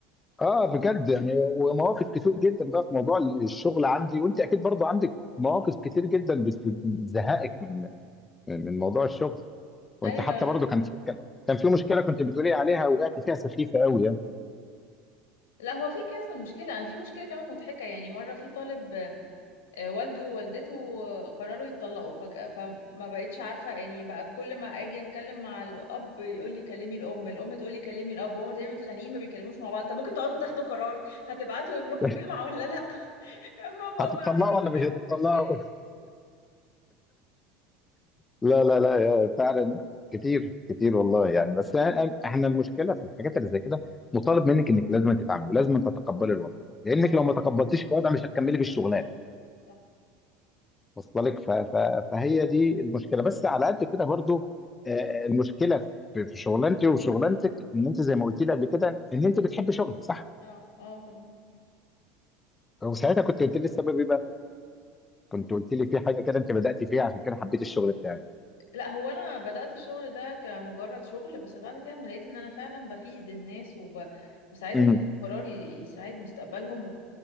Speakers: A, on the left; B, on the left.
A: اه بجد يعني ومواقف كتير جدا بقى في موضوع الشغل عندي وانت اكيد برضه عندك مواقف كتير جدا بت- بتزهقك من من موضوع الشغل وانت
B: ايوه
A: حتى برضه كان في كان كان في مشكلة كنت بتقولي عليها وقعت فيها سخيفة قوي يعني
B: لا هو في كذا مشكله انا في مشكله كمان مضحكه يعني مره في طالب آه، والده ووالدته آه، قرروا يتطلقوا فجأة فما بقتش عارفة يعني بقى كل ما اجي اتكلم مع الاب يقول لي كلمي الام الام تقول لي كلمي الاب وهما تقريبا متخانقين ما بيتكلموش مع بعض طب ممكن تقعدوا تاخدوا قرار هتبعتوا ابنكم
A: <laughs>
B: الجامعة ولا لا <laughs> ما بقوا
A: هتطلقوا
B: باعتيني
A: ولا
B: ما بينهم
A: مش هتطلقوا؟
B: في رسالة
A: لا لا لا يا فعلا كتير كتير والله يعني بس أنا- احنا المشكله في الحاجات اللي زي كده مطالب منك انك لازم تتعاملي ولازم تتقبلي الوضع لانك
B: اه
A: لو ما تقبلتيش الوضع مش هتكملي في الشغلانه
B: صح
A: واصله لك ف- ف- فهي دي المشكله بس على قد كده برضو آه، المشكله في في شغلانتي وشغلانتك ان انت زي ما قلت لي قبل كده ان انت بتحبي شغلك صح؟
B: اه اه طبعا
A: وساعتها كنت قلت لي السبب ايه بقى؟ كنت قلت لي في حاجه كده انت بدات فيها عشان كده حبيت الشغل بتاعك
B: لا هو انا بدأت الشغل ده كمجرد شغل بس بعد كده لما لقيت ان انا فعلا بفيد الناس وب... وساعدهم
A: امم
B: ياخدوا قرار ي- يساعد مستقبلهم